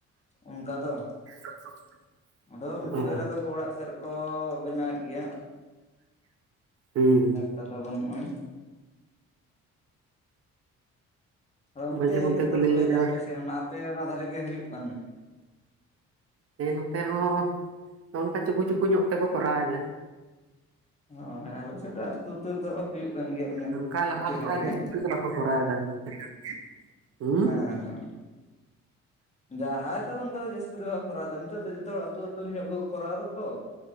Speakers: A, on the left; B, on the right.
A: ᱚᱱᱠᱟ ᱫᱚ
B: <unintelligible>
A: ᱟᱫᱚ ᱢᱤᱫ ᱴᱤᱡ
B: ᱚ
A: ᱵᱟᱨᱭᱟ ᱫᱚᱠᱚ ᱚᱲᱟᱜ ᱥᱮᱫ ᱨᱮᱠᱚ ᱵᱮᱱᱟᱣ ᱮᱫ ᱜᱮᱭᱟ᱾
B: ᱦᱩᱸ
A: <unintelligible> ᱫᱚ ᱵᱟᱹᱱᱩᱜ ᱟᱱ ᱟᱫᱚ ᱚᱱᱛᱮ
B: ᱢᱟᱡᱷᱮ ᱢᱚᱫᱽᱫᱷᱮ
A: ᱜᱮᱛᱚ ᱠᱚ ᱞᱟᱹᱭ
B: ᱜᱚᱫᱟ
A: ᱫᱟ᱾ ᱟᱯᱮ ᱥᱮᱫ ᱚᱱᱟ ᱟᱯᱮ ᱚᱱᱟ ᱫᱷᱟᱨᱮ ᱜᱮ ᱦᱩᱭᱩᱜ ᱠᱟᱱ
B: ᱦᱮᱸ ᱱᱚᱛᱮ ᱦᱚᱸ ᱱᱚᱜ ᱝᱠᱟ ᱪᱩᱠᱩ ᱪᱩᱠᱩ ᱧᱚᱜ ᱛᱮᱠᱚ ᱠᱚᱨᱟᱣ ᱮᱫᱟ᱾
A: ᱚ ᱟᱞᱮ ᱥᱮᱫ ᱫᱚ ᱟᱛᱩ ᱩᱛᱩᱨ ᱫᱚ ᱦᱩᱭᱩᱜ ᱠᱟᱱ ᱜᱮᱭᱟ᱾ ᱚᱱᱮ
B: ᱚᱱᱠᱟ ᱞᱟᱦᱟ
A: ᱯᱨᱚᱛᱤ
B: ᱞᱮᱠᱟ
A: ᱦᱟᱴ
B: ᱡᱟᱹᱥᱛᱤ ᱜᱮ ᱵᱟᱠᱚ ᱠᱚᱨᱟᱣ ᱫᱟ <unintelligible> ᱦᱩᱸ
A: ᱦᱩᱸ ᱡᱟᱦᱟᱸᱭ ᱠᱚᱫᱚ ᱚᱱᱠᱟ ᱫᱚ ᱡᱟᱹᱥᱛᱤ ᱫᱚ ᱵᱟᱠᱚ ᱠᱚᱨᱟᱣ ᱫᱟ ᱱᱤᱛᱚᱜ ᱫᱚ ᱡᱚᱛᱚ ᱦᱚᱲ ᱟᱹᱛᱩ ᱟᱹᱛᱩ ᱧᱚᱜ ᱜᱮᱠᱚ ᱠᱚᱨᱟᱣ ᱫᱟᱛᱚ᱾